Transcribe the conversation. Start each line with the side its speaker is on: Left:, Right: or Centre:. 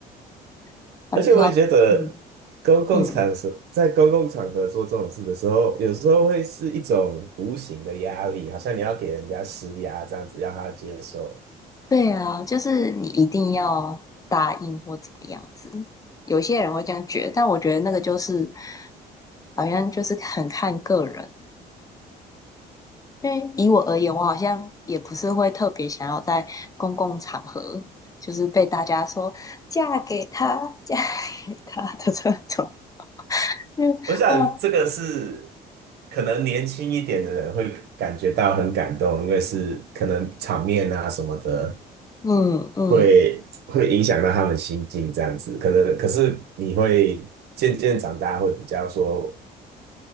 Left: <laughs> 他就说他，
Right: 而且我也觉得公共场所在公共场合做这种事的时候，
Left: 嗯嗯，
Right: 有时候会是一种无形的压力，好像你要给人家施压这样子，让他接受。
Left: 对啊，就是你一定要答应或怎么样子。有些人会这样觉得，但我觉得那个就是好像就是很看个人。因为以我而言，我好像也不是会特别想要在公共场合，就是被大家说嫁给他，<laughs> 嫁给他的这种。<laughs> 就是哇，
Right: 我想这个是可能年轻一点的人会感觉到很感动，因为是可能场面啊什么的
Left: 嗯嗯，
Right: 会会影响到他们心境这样子。可能可是你会渐渐长大，会比较说